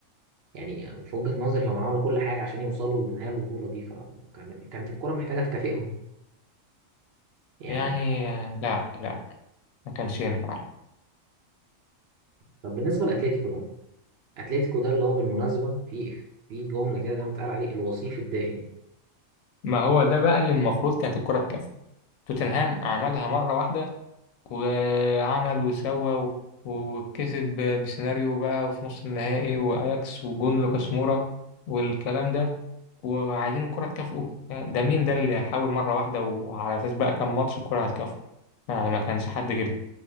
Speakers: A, on the right; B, on the left.
A: يعني في وجهه نظري هم عملوا كل حاجه عشان يوصلوا لنهايه البطوله دي فكانت كانت الكره محتاجه تكافئهم يعني
B: يعني آه، لا لا ما كانش ينفع لا
A: طب بالنسبه لاتلتيكو ده اتلتيكو ده اللي هو بالمناسبه في في جمله كده دايما بتقال عليه الوصيف الدائم
B: ما هو ده بقى اللي المفروض كانت الكرة تكافئه توتنهام عملها مرة واحدة وعمل وسوى و- وكسب ب- بسيناريو بقى في نص النهائي وأياكس وجون لوكاس مورا والكلام ده وعايزين الكرة تكافئه يعني ده مين ده اللي حاول مرة واحدة وعلى أساس بقى كام ماتش الكرة هتكافئه يعني ما كانش حد غير ما